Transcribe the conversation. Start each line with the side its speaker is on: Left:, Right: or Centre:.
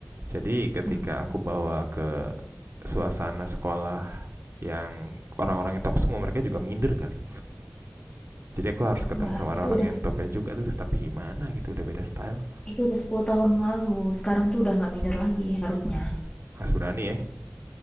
Right: jadi ketika
Left: Hmm,
Right: aku bawa ke suasana sekolah yang orang-orang yang top semua mereka juga minder kali jadi aku harus ketemu
Left: nggak
Right: sama orang-orang
Left: itu udah
Right: yang topnya juga tuh tapi gimana gitu udah beda style
Left: itu udah 10 tahun lalu sekarang tuh udah nggak minder lagi harusnya
Right: harus berani ya